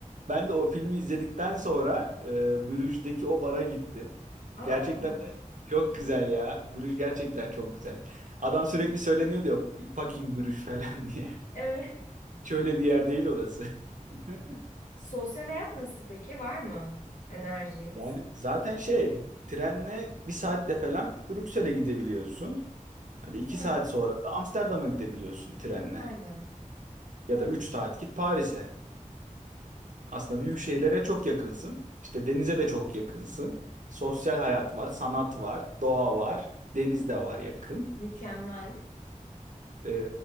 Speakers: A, on the right; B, on the left.
A: Ben de o filmi izledikten sonra e, Bruges'deki o bara gittim.
B: Aa
A: Gerçekten de çok güzel ya. Bruges gerçekten çok güzel. Adam sürekli söyleniyordu diyor, fucking Bruges falan <laughs> diye.
B: evet.
A: Şöyle bir yer değil orası. <laughs>
B: Sosyal hayat nasıl peki? Var mı? Enerji.
A: Yani zaten şey trenle bir saatte falan Brüksel'e gidebiliyorsun. Hadi iki
B: Var
A: saat
B: mı?
A: sonra da Amsterdam'a gidebiliyorsun trenle.
B: Aynen.
A: Ya
B: Doğru.
A: da üç saat git Paris'e. Aslında büyük şehirlere çok yakınsın. İşte denize de çok yakınsın. Sosyal hayat var, sanat var, doğa var, deniz de var yakın.
B: Mükemmel.
A: Ee,